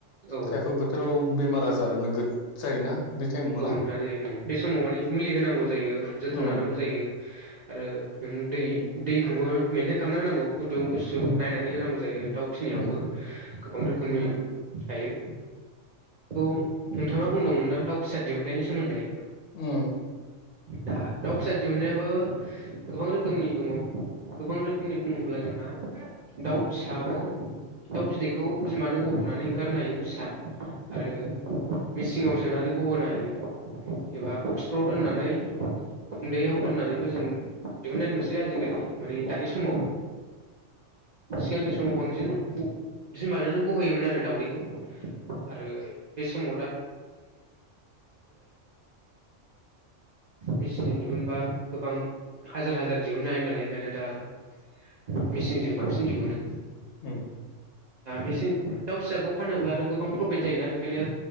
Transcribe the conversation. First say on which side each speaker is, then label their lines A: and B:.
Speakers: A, on the right; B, on the left.
A: औ
B: खायफा बोथोराव बेमार आजार नोगोद जायोना बे थायेमाव
A: औ नोंथां जायो उम बे समाव माने मुलि होनांगौ जायो जोथोन
B: उम
A: लानांगौ जायो आरो नों दै दैखौबो मेेनटेन खालामना होनांगौ। गुदुं गुसु
B: उम
A: नायनानै होनांगौ जायो दाउ फिनायावबो
B: उम
A: गोबां रोखोमनि
B: उम
A: थायो। खौ नोंथाङा बुंदोंमोन ना दाउ फिसा दिहुननायनि सोमोन्दै।
B: उम
A: दा दाउ फिसा दिहुनन्नायाबो गोबां रोखोमनि दङ गोबां रोखोमनि बुङोब्ला जोंहा दावफिसाखौ दाव बिदैखौ बिमानो गह'नानै ओंखारहोनो हायो फिसा आरो मिसिङाव सोनानै गहोनो हायो एबा बक्सफ्राव दोननानै गुन्दैयाव दोननानैबो जों दिहुननाय नुसै आजिखालि माने दानि समाव सिगांनि समाव बांसिन ग बिमानोनो गहोयोमोन आरो दाउदैखौ आरो बे सम मिसिनजों दिहुनबा गोबां हाजार हाजार दिहुडननो हायो नालाय ओंखायनो दा मेचिनजों बांसिन दिहुनो
B: उम
A: दा मेसें दाउ फिसाखौ फानोब्ला आरो गोबां प्रफिट जायोना बेखायनो